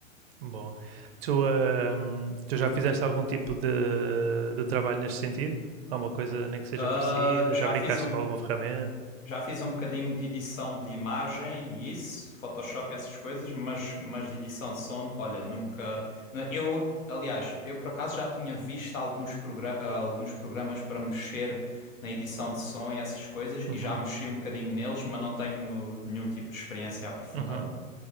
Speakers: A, on the right; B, on the left.
A: bom, tu, ahm, tu já fizeste algum tipo de, de trabalho neste sentido? Alguma coisa nem que seja
B: Ah,
A: parecida?
B: já
A: Já brincaste
B: fiz um.
A: com alguma ferramenta?
B: Já fiz um bocadinho de edição de imagem, e isso, Photoshop e essas coisas, mas, mas de edição de som, olha, nunca. não, Eu, aliás, eu por acaso já tinha visto alguns, progra- ah, alguns programas para mexer na edição de som e essas coisas, e
A: Uhum.
B: já mexi um bocadinho neles, mas não tenho nenhum tipo de experiência aprofundada.
A: Uhum.